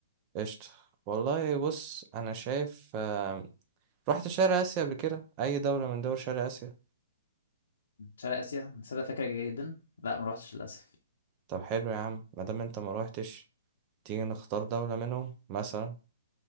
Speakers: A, on the right (about 30°); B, on the left (about 65°).
A: قشطه والله بص انا شايف آم، رحت شرق اسيا قبل كده اي دوله من دول شرق اسيا
B: شرق اسيا صدق فكرة جيدة جدا لا ما روحتش للاسف
A: طب حلو يا عم ما دام انت ما روحتش تيجي نختار دوله منهم مثلا